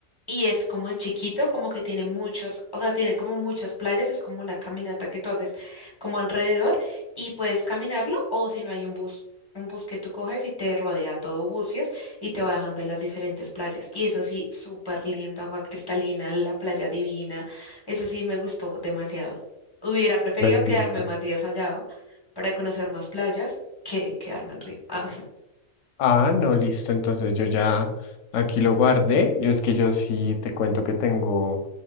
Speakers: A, on the left; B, on the left.
A: y es como es chiquito, como que tiene muchos, o sea, tiene como muchas playas. Es como una caminata que tú haces como alrededor y puedes caminarlo o si no hay un bus. Un bus que tú coges y te rodea todo bucios y te va dejando en las diferentes playas. Y eso sí, súper lindo, agua cristalina, la playa divina. Eso sí me gustó demasiado. Hubiera preferido
B: Pues
A: quedarme
B: listo.
A: más días allá para conocer más playas que quedarme en Río. Ah,
B: Ah, no, listo. Entonces yo ya aquí lo guardé. Yo es que yo sí te cuento que tengo